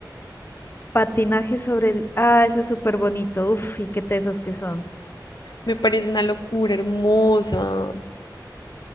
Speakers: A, on the left; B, on the left.
A: Patinaje sobre el... Ah, ese es súper bonito. Uf, y qué tesos que son.
B: Me parece una locura hermosa.